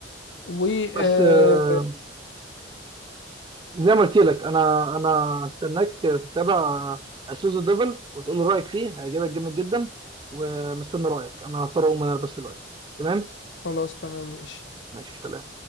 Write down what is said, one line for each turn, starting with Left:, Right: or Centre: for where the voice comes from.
Left: و
Right: بس
Left: آه،
Right: آه، زي ما قلت لك انا انا هستناك تتابع سوز ديفل وتقول لي رايك فيه هيعجبك جامد جدا ومستني رايك انا هضطر اقوم انا بس دلوقتي تمام
Left: خلاص تمام ماشي
Right: ماشي سلام